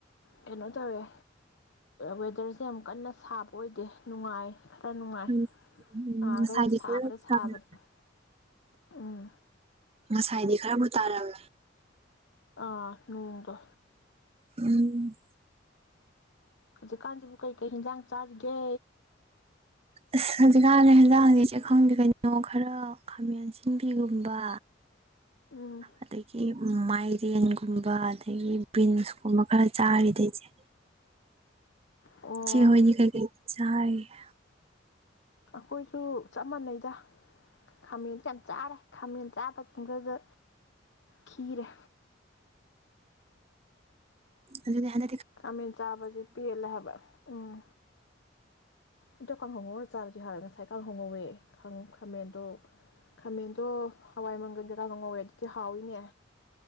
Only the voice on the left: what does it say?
ꯀꯩꯅꯣ ꯇꯧꯋꯦ ꯋꯦꯗꯔꯁꯦ ꯌꯥꯝ ꯀꯟꯅ ꯁꯥꯕ ꯑꯣꯏꯗꯦ ꯅꯨꯡꯉꯥꯏ ꯈꯔ ꯅꯨꯡꯉꯥꯏ
ꯅꯍꯥꯟꯈꯩ
ꯁꯥꯕꯗ
ꯁꯥꯕꯗꯥ ꯎꯝ
ꯑꯥ ꯅꯣꯡꯗꯣ
ꯍꯧꯖꯤꯛꯀꯥꯟꯁꯤꯕꯨ ꯀꯩꯀꯩ ꯏꯟꯖꯥꯡ ꯆꯥꯔꯤꯒꯦ
ꯎꯝ
ꯑꯣ
ꯑꯩꯈꯣꯏꯁꯨ ꯆꯞ ꯃꯥꯟꯅꯩꯗ ꯈꯥꯃꯦꯟꯁꯦ ꯌꯥꯝ ꯆꯥꯔꯦ ꯈꯥꯃꯦꯟ ꯆꯥꯕ ꯃꯇꯨꯡꯗꯗ ꯈꯤꯔꯦ
ꯈꯥꯃꯦꯟ ꯆꯥꯕꯁꯦ ꯄꯦꯜꯂꯦ ꯍꯥꯏꯕ ꯎꯝ ꯑꯗꯣ ꯀꯥꯡꯍꯧ ꯆꯥꯕꯗꯤ ꯍꯥꯎꯋꯦ ꯉꯁꯥꯏ ꯀꯥꯡ ꯍꯣꯡꯉꯧꯋꯦ ꯈꯥꯃꯦꯟꯗꯣ ꯈꯥꯃꯦꯟꯗꯣ ꯍꯋꯥꯏ ꯃꯪꯒꯟꯗ ꯀꯥꯡ ꯍꯣꯡ ꯉꯧꯋꯦ ꯑꯗꯨꯗꯤ ꯍꯥꯎꯋꯤꯅꯦ